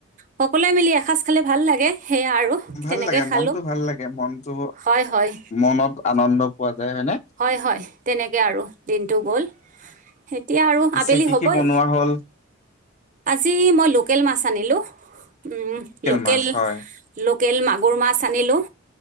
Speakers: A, on the right; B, on the left.
A: সকলোৱে মিলি এসাজ খালে ভাল লাগে সেয়া আৰু।
B: ভাল
A: তেনেকৈ
B: লাগে
A: খালোঁ
B: মনটো ভাল লাগে মনটো
A: হয় হয়
B: মনত আনন্দ পোৱা যায় হয়নে।
A: হয়, হয় তেনেকে আৰু দিনটো গ'ল। এতিয়া আৰু
B: পিছে
A: আবেলি
B: কি
A: হ'বই,
B: কি বনোৱা হ'ল?
A: আজি মই লোকেল মাছ আনিলোঁ। উম, লোকেল
B: মাছ হয়,
A: লোকেল মাগুৰ মাছ আনিলোঁ।